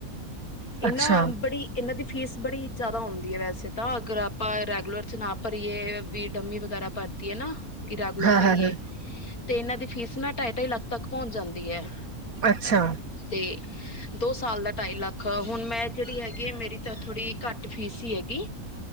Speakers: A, on the left (about 80°); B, on the right (about 75°).
A: ਇਹਨਾਂ
B: ਅੱਛਾ
A: ਬੜੀ ਇਹਨਾਂ ਦੀ ਫੀਸ ਬੜੀ ਜ਼ਿਆਦਾ ਹੁੰਂਦੀ ਹੈ ਵੈਸੇ ਤਾਂ ਅਗਰ ਆਪਾਂ ਰੈਗੂਲਰ ਚ ਨਾ ਪਰ ਇਹ ਵੀ ਡੰਮੀ ਵਗੈਰਾ ਭਰ ਹੈ ਨਾ ਇਰਾਗਲਰ
B: ਹਾਂ
A: ਪਰ
B: ਹਾਂ
A: ਇਹ
B: ਹਾਂ
A: ਤੇ ਇਹਨਾਂ ਦੀ ਫੀਸ ਨਾ ਢਾਈ ਢਾਈ ਲੱਖ ਤੱਕ ਪਹੁੰਚ ਜਾਂਦੀ ਹੈ
B: ਅੱਛਾ
A: ਤੇ ਦੋ ਸਾਲ ਦਾ ਢਾਈ ਲੱਖ ਹੁਣ ਮੈਂ ਜਿਹੜੀ ਹੈਗੀ ਆ ਮੇਰੀ ਤਾਂ ਥੋੜ੍ਹੀ ਘੱਟ ਫੀਸ ਹੀ ਹੈਗੀ